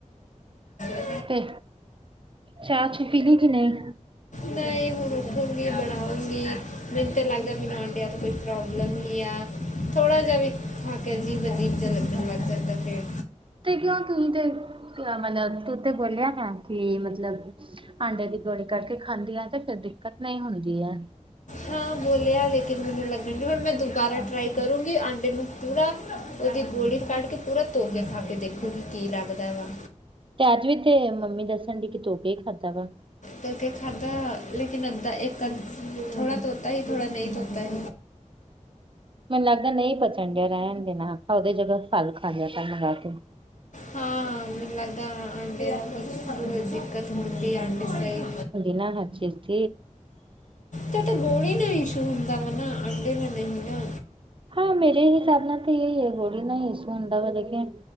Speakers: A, on the left; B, on the right.
A: <unintelligible>
B: ਤੇ ਚਾਹ-ਚੂ ਛੁਪੀ ਲੀ ਕਿ ਨਹੀਂ
A: ਨਹੀਂ ਹੁਣ ਊਠੁਂਗੀ ਬਣਾਉਂਗੀ। ਮੈਨੂੰ ਤਾਂ ਲੱਗਦਾ ਮੈਨੂੰ ਆਂਟੀਆਂ ਤੋਂ ਕੋਈ ਪ੍ਰੋਬਲਮ ਹੀ ਆ। ਥੋੜ੍ਹਾ ਜਿਹਾ ਵੀ ਖਾ ਕੇ ਅਜੀਭ-ਅਜੀਬ ਜਿਹਾ ਲੱਗਣ ਲੱਗ ਜਾਂਦਾ ਫੇਰ
B: ਤੇ ਕਿਉਂ ਤੂੰ ਤੇ ਮਤਲਬ ਤੂੰ ਤੇ ਬੋਲਿਆ ਨਾ ਕਿ ਮਤਲਬ ਆਂਡੇ ਦੀ ਗੋਲੀ ਕਰਕੇ ਖਾਂਦੀ ਆ ਤੇ ਫੇਰ ਦਿੱਕਤ ਨਹੀਂ ਹੁੰਦੀ ਹੈ
A: ਹਾਂ ਬੋਲਿਆ ਲੇਕਿਨ ਮੈਨੂੰ ਲੱਗਣ ਡ ਹੁਣ ਮੈਂ ਦੁਬਾਰਾ ਟ੍ਰਰਾਈ ਕਰੂੰਗੀ ਆਂਡੇ ਨੂੰ ਪੂਰਾ ਉਹਦੀ ਗੋਲੀ ਕੱਢ ਕੇ ਪੂਰਾ ਤੋ ਕੇ ਖਾ ਕੇ ਦੇਖੋ ਜੀ ਕੀ ਲੱਗਦਾ ਵਾ
B: ਤੇ ਅੱਜ ਵੀ ਤੇ ਮੰਮੀ ਦੱਸਣ ਡ ਕਿ ਤੂੰ ਕੇ ਖਾਧਾ ਵਾ
A: ਕਰਕੇ ਖਾਧਾ ਲੇਿਨ ਅੱਧਾ ਇੱਕ ਅ ਥੋੜਾ ਧੋਤਾ ਹੀ ਥੋੜਾ ਨਹੀਂ ਧੋਤਾ ਹੀ
B: ਮੈਨੂੰ ਲੱਗਦਾ ਨਹੀਂ ਪਚਣ ਡਿਆ ਰਹਿਣ ਦੇ ਨਾ ਆਖਾ ਉਹਦੇ ਜਗ੍ਹਾ ਫਲ ਖਾ ਤਾਂ ਮੰਗਾ ਕੇ
A: ਹਾਂ ਮੈਨੂੰ ਲੱਗਦਾ ਆਂਟੀ ਨੂੰਛ ਦਿੱਕਤ ਹੁੰਦੀ ਆਂਟੀ ਸਹੀ
B: ਹ ਚਥ
A: ਤਾਂ ਗੋਲੀ ਨਾਲ ਇਸ਼ੂ ਹੁੰਦਾ ਵਾ ਨਾ ਆਂਡੇ ਦਾ ਨਹੀਂ ਨਾ
B: ਹਾਂ ਮੇਰੇ ਹਿਸਾਬ ਨਾਲ ਤਾਂ ਇਹੀ ਹੈ ਗੋਲੀ ਨਾ ਸੁੂ ਹੁੰਦਾਾ ਵ ਲ ਕੇ